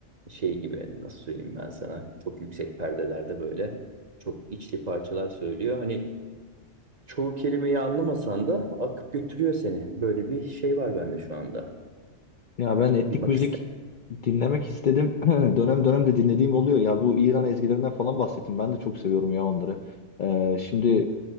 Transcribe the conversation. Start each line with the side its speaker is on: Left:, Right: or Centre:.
Right: şey gibi nasıl söyleyeyim ben sana çok yüksek perdelerde böyle çok içli parçalar söylüyor. Hani çoğu kelimeyi anlamasan da akıp götürüyor seni. Böyle bir şey var bende şu anda.
Left: Ya ben etnik
Right: Bir bak
Left: müzik
Right: ister.
Left: dinlemek istedim <clears throat> dönem dönem de dinlediğim oluyor ya bu İran ezgilerinden falan bahsettim ben de çok seviyorum ya onları. Ee, şimdi